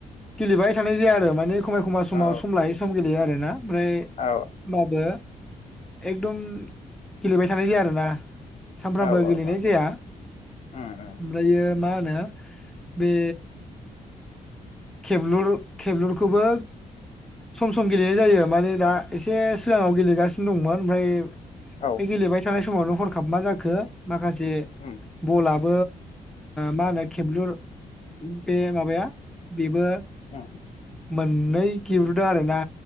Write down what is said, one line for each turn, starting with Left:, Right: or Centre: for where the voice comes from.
Centre: गेलेबाय थानाय जाया आरो माने एखमब्ला एखमब्ला समाव
Left: औ
Centre: सम लायो सम गेलेयो आर ना ओमफ्राय
Left: औ
Centre: माबो एकदम गेलेबाय थानाय जाया आरोना सानफ्रामबो
Left: औ
Centre: गेलेनाय
Left: औ
Centre: जाया ओमफ्रायो
Left: उम उम
Centre: मा होनो बे खेबलुर खेबलुरखौबो सम सम गेलेनाय जायो माने दा एसे सिगाङाव गेलेगासिनो दंमोन ओमफ्राय
Left: औ
Centre: बे गेलेबाय थानाय समावनो हरखाब मा जाखो माखासे
Left: उम
Centre: बलाब मा होनो खेबलुर बे माबाया बेबो
Left: उम
Centre: मोननै गिब्रुदो आरो ना